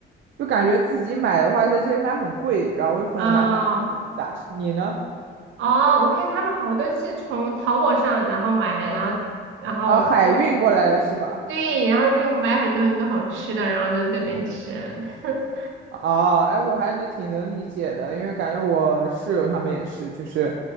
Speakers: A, on the right (about 65°); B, on the right (about 80°).
A: 就感觉自己买的话，在这里买很贵，然后又很难买，
B: 哦
A: 就不咋吃。你呢？
B: 哦，我看他们好多是从淘宝上然后买的，然后然后托
A: 啊，海运过来的是吧？
B: 对，然后就买很多很多好吃的，然后在这边吃。<laughs>
A: 哦，哎，我还能挺能理解的，因为感觉我室友他们也是，就是，